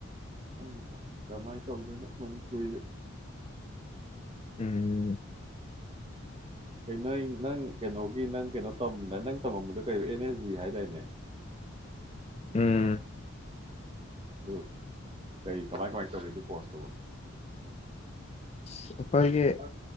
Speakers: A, on the right; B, on the left.
A: ꯈꯪꯗꯦꯗ ꯀꯔꯃꯥꯏ ꯇꯧꯗꯣꯏꯅꯣ ꯃꯅꯤꯄꯨꯔꯤꯗ
B: ꯎꯝ
A: ꯀꯩ ꯅꯪ ꯅꯪ ꯀꯦꯅꯣꯒꯤ ꯅꯪ ꯀꯦꯅꯣ ꯇꯝꯗꯥ ꯅꯪ ꯇꯝꯃꯝꯕꯗꯨ ꯀꯩꯕ ꯑꯦꯝ ꯑꯦꯁ ꯖꯤ ꯍꯥꯏꯗꯥꯏꯅꯦ
B: ꯎꯝ
A: ꯒꯨꯠ ꯀꯔꯤ ꯀꯃꯥꯏ ꯀꯃꯥꯏ ꯇꯧꯒꯦ ꯑꯗꯨ ꯀꯣꯔꯁꯇꯨꯕꯣ
B: <unintelligible> ꯈꯣꯏꯒꯤ
A: ꯑ,